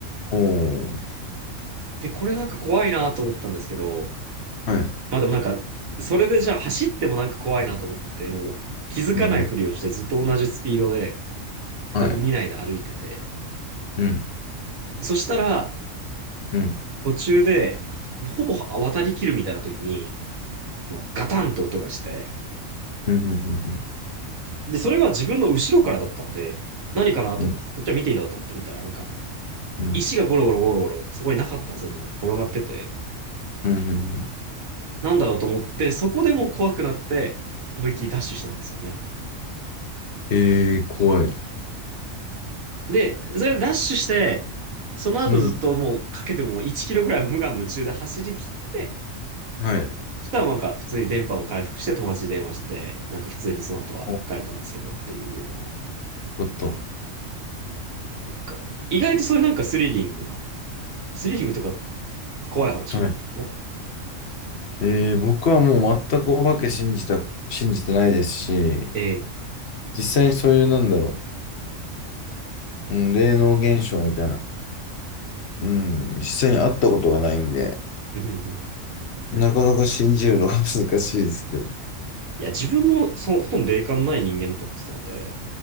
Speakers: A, on the left; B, on the right.
A: おー。
B: で、これなんか怖いなと思ったんですけど、
A: はい。
B: まあでもなんか、それでじゃあ走ってもなんか怖いなと思って、もう気づかないふりをしてずっと同じスピードで
A: うん、うん。
B: 何も見ないで歩いてて、
A: はい。うん。
B: でそしたら、
A: うん。
B: 途中で、ほぼ渡り切るみたいな時に、ガタンって音がして、
A: うん。うん。
B: で、それは自分の後ろからだったんで、何かなと思って、
A: うん。
B: こっちは見ていいだろうと思って見たら、なんか、
A: うん。うん。
B: 石がゴロゴロゴロゴロ、そこになかったはずのものが転がってて、
A: うんうん
B: なんだろうと思って、そこでもう怖くなって、思いっきりダッシュしたんですよね。
A: えー、怖い。
B: で、それでダッシュして、その後ずっともうかけても1キロぐらい無我夢中で走り切って、
A: うん。はい。
B: そしたらなんか普通に電波も回復して友達に電話して、なんか普通にその後は帰れたんですけどっていうような
A: お、よかった。
B: か、意外とそういうなんかスリリングな、スリリングとか怖い話がありましたね。
A: はい。えー、僕はもう全くお化け信じた、信じてないですし、
B: ええ。
A: 実際にそういう、なんだろう、うん、霊能現象みたいな、うん、実際に会ったことがないんで、
B: うんうんうん
A: なかなか信じるのが <laughs> 難しいですけど。
B: いや、自分もそうほとんど霊感のない人間だと思ってたので、